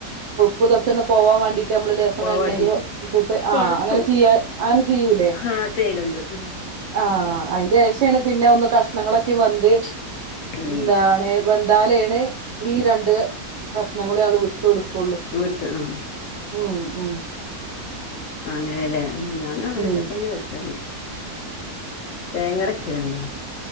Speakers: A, on the right (about 70°); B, on the left (about 65°).
A: പുതൊക്കൊന്ന് പോവാ വേണ്ടി ഞമ്മള് ലേശം എണ്ണ
B: വേണ്ടീട്ട്
A: അയ്ല് ഒ ഴിച്ചിട്ട് ആ
B: വറക്കും
A: അങ്ങനെ ചെയ്യ അങ്ങനെ ചെയ്യൂല്ലേ
B: ആഹ് ചെയ്യലുണ്ട് ഉം
A: ആ അയിന്റേഷാണ് പിന്നെ ഒന്ന് കഷണങ്ങളൊക്കെ വന്ത്
B: ഉം
A: എന്താണ് വ നാല് ദേ ഈ രണ്ട് പ്രശ്നങ്ങളേ ആള് വി കൊടുക്കൊള്ളൂ
B: വീട്ട് ആഹ്
A: ഉം ഉം
B: അങ്ങനെയല്ലേ ഞാനും അങ്ങനെയൊക്കെ
A: ഉം
B: തന്നെ വെക്കണ് തേങ്ങരക്കലുണ്ടോ